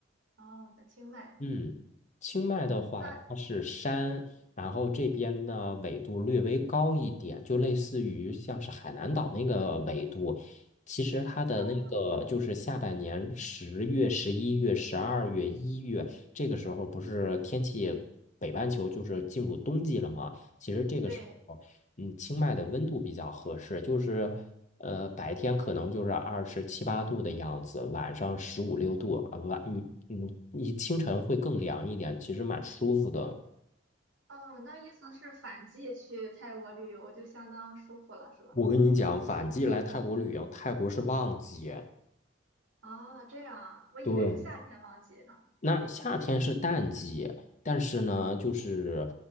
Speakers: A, on the right; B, on the left.
A: 哦，在清迈。
B: 嗯，清迈的话，
A: 那，
B: 它是山，然后这边呢纬度略微高一点，就类似于像是海南岛那个纬度。其实它的那个就是下半年十月、
A: 嗯，
B: 十一月、十二月、一月这个时候，不是天气北半球就是进入冬季了吗？其实这个时候。
A: 对，
B: 嗯，清迈的温度比较合适，就是呃白天可能就是二十七八度的样子，晚上十五六度啊，晚嗯嗯，你清晨会更凉一点，其实蛮舒服的。
A: 嗯，那意思是反季去泰国旅游就相当舒服了，是吧？
B: 我跟你讲，反季来泰国旅游，泰国是旺季。
A: 啊，这样啊，我以为是夏天旺季呢。
B: 对，那夏天是淡季，但是呢，就是